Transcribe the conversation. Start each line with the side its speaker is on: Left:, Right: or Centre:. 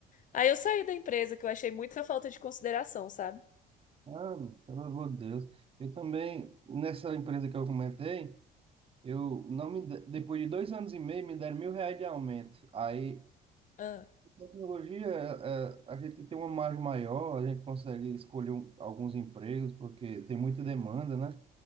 Left: Aí eu saí da empresa, que eu achei muita falta de consideração, sabe?
Right: Ah, pelo amor de Deus. Eu também, nessa empresa que eu comentei, eu não me, de- depois de dois anos e meio, me deram mil reais de aumento. Aí,
Left: Ah,
Right: tecnologia, é, é, a gente tem uma margem maior, a gente consegue escolher um- alguns empregos, porque tem muita demanda, né?